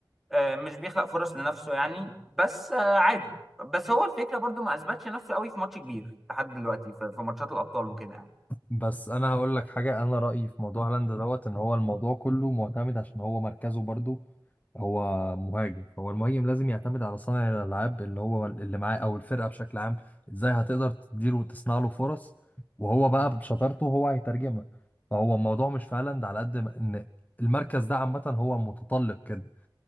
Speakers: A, in the centre; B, on the left (about 20°).
A: آه، مش بيخلق فرص لنفسه يعني بس آه، عادي بس هو الفكره برضو ما اثبتش نفسه قوي في ماتش كبير لحد دلوقتي في في ماتشات الابطال وكده يعني
B: بس انا هقول لك حاجة انا رأيي في موضوع هالاند دوت ان هو الموضوع كله معتمد عشان هو مركزه برضو هو مهاجم فهو المهاجم لازم يعتمد على صانع الالعاب اللي هو اللي معاه او الفرقه بشكل عام ازاي هتقدر تديله وتصنع له فرص وهو بقى بشطارته هو هيترجمها فهو الموضوع مش في هالاند على قد ما ان المركز ده عامه هو متطلب كده